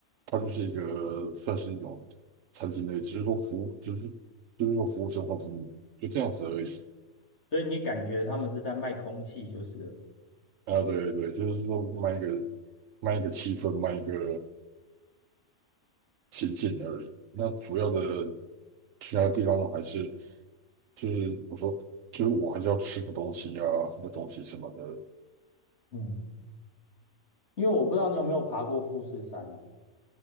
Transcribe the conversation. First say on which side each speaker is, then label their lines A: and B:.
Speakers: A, on the right; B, on the left.
A: 它就是一个算是一种餐厅类，只是说服务就是就是说服务生活服务就这样子而已
B: 所以你感觉他们是在卖空气就是了
A: 啊，对对，就是说卖一个卖一个气氛，卖一个情境而已。那主要的其他地方还是就是我说就是我还是要吃个东西呀、喝个东西什么的
B: 嗯，因为我不知道你有没有爬过富士山呐、